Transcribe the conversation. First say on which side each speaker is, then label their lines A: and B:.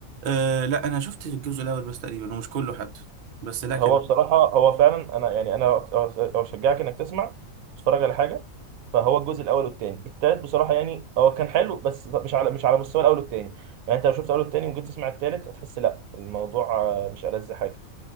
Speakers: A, on the right (about 65°); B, on the right (about 80°).
A: أه لا انا شفت الجزء الاول بس تقريبا ومش كله حتى بس لا كان
B: هو بصراحة هو فعلا أنا يعني أنا أو- أو أشجعك إنك تسمع تتفرج على حاجة فهو الجزء الأول والتاني التالت بصراحة يعني هو كان حلو بس مش على مش على مستوى الأول والتاني يعني أنت لو شفت الأول والتاني وجيت تسمع التالت هتحس لأ الموضوع آه، مش ألذ حاجة